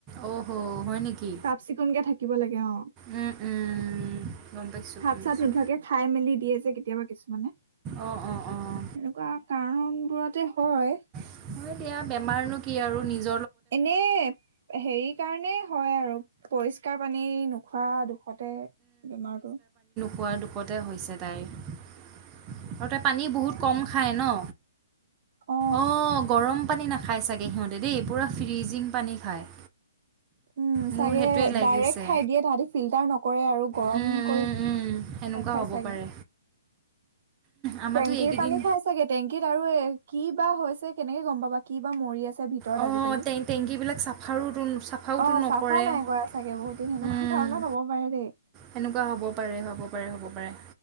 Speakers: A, on the right (about 25°); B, on the right (about 50°).
A: অ' হ' হয় নেকি
B: চাফ চিকুণকে থাকিব লাগে অ,
A: উম, উম, গম পাইছোঁ
B: হাত
A: গম
B: চাত
A: পাইছোঁ
B: নোধোৱাকে খাই মেলি দিয়ে যে কেতিয়াবা কিছুমানে,
A: অঁ অঁ অঁ
B: এনেকুৱা কাৰনবোৰতে হয়।
A: অ দিয়া বেমাৰনো কি আৰু নিজ
B: এনে হেৰি কাৰণে হয় আৰু, পৰিষ্কাৰ পানেই ন খোৱা <unintelligible> ষতে বেমাৰটো
A: খোৱাৰ দুপতে হৈছে তাইৰ। আৰু পানী বহুত কম খায় ন,
B: অ
A: অঁ গৰম পানী নাখায় চাগে সিহঁতে দেই, পুৰা ফ্ৰিজিং পানী খায়।
B: উম
A: মোৰ
B: চাগে
A: সেইটোৱে লাগিছে।
B: ডাইৰেক্ট খাই দিয়ে তাহাঁতি ফিল্টাৰ নকৰে আৰু গৰম
A: উম,
B: কৰি
A: উম, উম, সেনেকুৱা
B: নাখায়
A: হ'ব
B: চাগে
A: পাৰে। আমাৰতো
B: টেংকিৰ
A: এইকেইদিন
B: পানী খাই চাগে, টেংকিত আৰুৱে কি বা হৈছে কেনেকে গম পাবা, কি বা মৰি আছে ভিতৰত
A: অঁ
B: আজিকালি
A: টেংকীবিলাক চাফাৰো চাফাওতো
B: অ
A: নকৰে,
B: চাফা নাই
A: ওম'
B: কৰা চাগে বহুত দিন সেনেকুৱা কাৰণত হ'ব পাৰে দেই
A: সেনেকুৱা হ'ব পাৰে, হ'ব পাৰে, হ'ব পাৰে